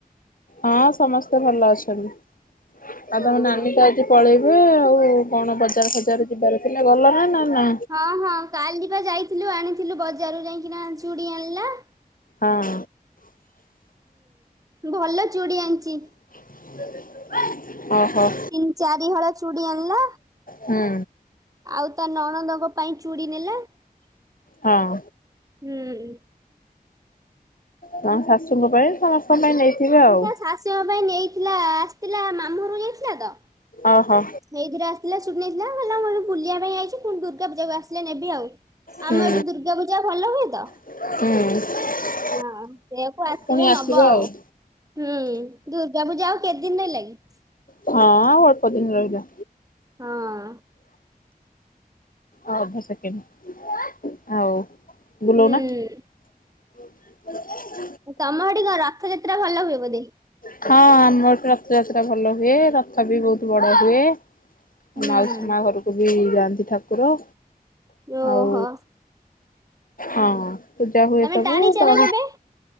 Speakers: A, on the left; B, on the right.
A: ହଁ ସମସ୍ତେ ଭଲ ଅଛନ୍ତି ଆଉ ତମ
B: ଓହୋ
A: ନାନୀ
B: ହଁ।
A: ତ ଆଜି ପଳେଇବେ ଆଉ କଣ ବଜାର ଖଜାର ଯିବାର ଥିଲ ଗଲନା ନା ନା
B: ହଁ ହଁ କାଲି ବା ଯାଇଥିଲୁ ଆଣିଥିଲୁ ବଜାରରୁ ଯାଇକିନା ଚୁଡ଼ି ଆଣିଲା
A: ହଁ।
B: ହୁଁ ଭଲ ଚୁଡି ଆଣିଛି।
A: <inaudible> ଓହୋ।
B: ତିନି ଚାରି ହଳ ଚୁଡ଼ି ଆଣିଲା।
A: ହୁଁ
B: ଆଉ ତା ନଣନ୍ଦଙ୍କ ପାଇଁ ଚୁଡି ନେଲା।
A: ହଁ।
B: ହୁଁ।
A: ତମ ଶାଶୁଙ୍କ ପାଇଁ ସମସ୍ତଙ୍କ ପାଇଁ ନେଇଥିବେ ଆଉ।
B: ତା ଶାଶୁଙ୍କ ପାଇଁ ନେଇଥିଲା ଆସିଥିଲା ମାମୁଁଘର‌ କୁ ଯାଇଥିଲା ତ
A: ଓହୋ
B: ସେଇଥିରେ ଆସିଥିଲା ଚୁଡି ନେଇଥିଲା ହେଲା ମୁଁ ବୁଲିବା ପାଇଁ ଆଇଚି ପୁଣି ଦୁର୍ଗାପୂଜା କୁ ଆସିଲେ ନେବି ଆଉ।
A: ହୁଁ
B: ଆମ ଏଠୁ ଦୁର୍ଗାପୂଜା ଭଲ ହୁଏ ତ।
A: ହୁଁ।
B: ହଁ ସେଇଆ କୁ ଆସିବେ
A: ପୁଣି ଆସିବ
B: ନବ ଆଉ।
A: ହଁ
B: ହୁଁ ଦୁର୍ଗା ପୂଜା ଆଉ କେତେ ଦିନ ରହିଲା କି?
A: ହଁ ଆଉ ଅଳ୍ପ ଦିନ ରହିଲା।
B: ହଁ।
A: ଅ ଅଧ ସେକମ ଆଉ ବୁଲଉନା।
B: ହୁଁ
A: <inaudible>
B: ତମ ଆଡି କ ରଥଯାତ୍ରା ଭଲ ହୁଏ ବୋଧେ?
A: ହଁ ଆମର ଏଠି ରଥଯାତ୍ରା ଭଲ ହୁଏ ରଥ ବି ବହୁତ ବଡ ହୁଏ।
B: ହୁଁ
A: ମାଉସୀ ମା ଘରକୁ ବି ଯାଆନ୍ତି ଠାକୁର
B: ଓହୋ
A: ଆଉ ହଁ ପୂଜା ହୁଏ
B: ତମେ
A: ସବୁ
B: ଟାଣିଛ
A: ତା
B: ନା କେବେ?